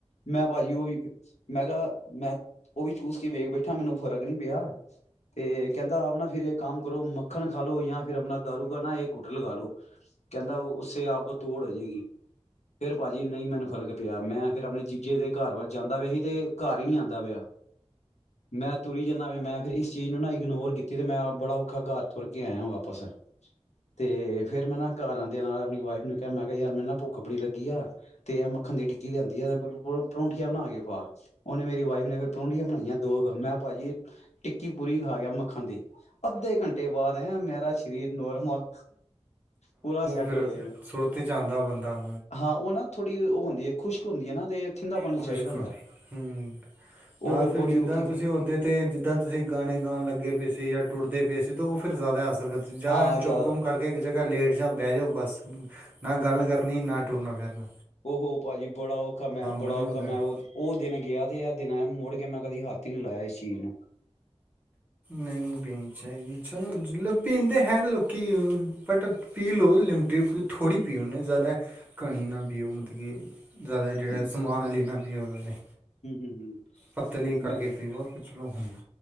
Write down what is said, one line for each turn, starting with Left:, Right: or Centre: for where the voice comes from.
Left: ਮੈਂ ਭਾਜੀ ਉਹ ਵੀ ਮੈਂ ਕਿਹਾ ਮੈਂ ਉਹ ਵੀ ਚੂਸ ਕੇ ਵੇਖ ਬੈਠਾ ਮੈਨੂੰ ਫਰਕ ਨੀ ਪਿਆ ਤੇ ਕਹਿੰਦਾ ਆਪ ਨਾ ਫਿਰ ਇਹ ਕੰਮ ਕਰੋ ਮੱਖਣ ਖਾਾਲੋ ਜਾਂ ਫਿਰ ਆਪਣਾ ਦਾਰੂ ਕਰ ਨਾ ਇਹ ਗੁੱਟ ਲਗਾ ਲੋ ਕਹਿੰਦਾ ਉਸੇ ਆਪ ਕੋ ਤੋੜ ਹੋ ਜਾਏਗੀ ਫੇਿਰ ਭਾਜੀ ਨਹੀਂ ਮੈਨੂੰ ਫਰਕ ਪਿਆ ਮੈਂ ਫੇਿਰ ਆਪਣੇ ਚੀਜੇ ਦੇ ਘਰ ਵੱਲ ਜਾਂਦਾ ਪਿਆ ਸੀ ਤੇ ਘਰ ਹੀ ਨਹੀਂੀ ਆਉਂਦਾ ਪਿਆ ਮੈਂ ਤੁਰ ਜਾਂਦਾ ਪਿਆ ਮੈਂ ਫਿਰ ਇਸ ਚੀਜ਼ ਨੂੰ ਨਾ ਇਗਨੋਰ ਕੀਤੀ ਤੇ ਮੈਂ ਬੜਾ ਔਖਾ ਘਰ ਤੁਰ ਕੇ ਆਇਆ ਵਾਪਸ ਤੇ ਫੇਿਰ ਮੈਂ ਨਾ ਘਰ ਆਂਦੇ ਨਾਲ ਆਪਣੀ ਵਾਈਫ ਨੂੰ ਕਿਹਾ ਮੈਂ ਕਿਹਾ ਯਾਰ ਮੈ ਨਾ ਕੱਪੜੀ ਲੱਗੀ ਆ ਤੇ ਇਹ ਮੱਖਣ ਦੀ ਟਿੱਕੀ ਲਿਆਂਦੀ ਆ ਮ ਪਰੌਂਠੀੀਆਂ ਬਣਾ ਕੇ ਖਾਆ ਉਹਨੇ ਮੇਰੀ ਵਾਈਫ ਨੇ ਫਿਰ ਪਰੋਂਂਠੀੀਆਂ ਬਣਾਈਆਂ ਦੋ ਕੁ ਮੈਂ ਭਾਜੀ ਟਿੱਕੀ ਪੂਰੀ ਖਾ ਗਿਆ ਮੱਖਣ ਦੀ ਅੱਧੇ ਘੰਟੇ ਬਾਅਦ ਐ ਮੇਰਾ ਸਰੀਰ ਨੋਰਮਲ ਪੂਰਾ ਸੈੱਟ
Right: ਫੇਿਰ
Left: ਹੋ ਗਿਆ ਮੈਂ
Right: ਸੁੁਰ ਤੇ ਜਾਂਦਾ ਬੰਦਾ
Left: ਹਾਂ ਉਹ ਨਾ ਥੋੜੀ ਉਹ ਹੁੰਦੀ ਹੈ ਖੁਸ਼ਕ ਹੁੰਦੀ ਹੈ ਨਾ ਤੇ ਥਿੰਦਾ ਪਾਣੀ
Right: ਖੁਸ਼ਕ
Left: ਚਾਹੀਦਾ ਹੁੰਦਾ
Right: ਹਮ
Left: ਉਹ
Right: ਨਾ
Left: ਫੇਰ
Right: ਫਿਰ
Left: ਬੜੀ
Right: ਜਿੱਦਾਂ
Left: ਔਖੀ
Right: ਤੁਸੀਂ ਓਦੇ ਤੇ ਜਿੱਦਾਂ ਤੁਸੀਂ ਗਾਣੇ ਗਾਉਣ ਲੱਗੇ ਪਏ ਸੀੇ ਜਾਂ ਟੁੱਟਦੇ ਪਏ ਸੀ ਤੇ ਉਹ ਫਿਰ ਜ਼ਿਆਦਾ ਜਾਂ
Left: ਹਾਂ ਜ਼ਿਆਦਾ
Right: ਚੁੱਪ ਗੁੰਮ ਕਰਕੇ ਜ੍ਹਾ ਲੇਟ ਜਾਚ ਬਹਿ ਜਾ ਬੱਸ ਨਾ ਗੱਲ ਕਰ <unintelligible>
Left: ਉਹਹ ਭਾਜੀ ਬੜਾਔਖਾ ਮੈਂ ਬੜਾ
Right: ਕਰਨੇ
Left: ਔਖਾ
Right: ਹੁੰਦਾ
Left: ਮੈਂ
Right: ਹੈ।
Left: ਉਹ ਉਹ ਦਿਨ ਗਿਆ ਤੇ ਇਹ ਦਿਨ ਮੁੜ ਕੇ ਮੈਂ ਕਦੀ ਹੱਥ ਤਿੰ ਲਾਇਆ ਇਸ ਚੀਜ਼ ਨੂੰ
Right: ਨਹੀਂ ਪੀਣੀ ਚਾਹੀਦੀ ਚਲੋ ਜ ਲ ਪੀਂਦੇ ਹੈਾਂ ਲੋਕੀ ਬਟ ਪੀ ਲਓ ਲਿਮਟਿਥੋੜ੍ਹੀ ਪੀਓਣੇ ਜ਼ਿਆਦਾ ਕਣੀ ਨਾ ਪੀਓ ਮਤਲਬ ਕਿ ਜ਼ਿਆਦਾ ਜਿਹੜਾ
Left: ਹੂੰ
Right: ਸਮਾਨ ਲੀ ਨਾ ਪੀਓ ਕਦੇ
Left: ਹੂੰ ਹੂੰ
Right: ਪੱਤਲੀ ਕਰਕੇ
Left: ਮੈਂ
Right: ਪੀਓ ਫ ਚਲੋ ਹੁੰਦਾ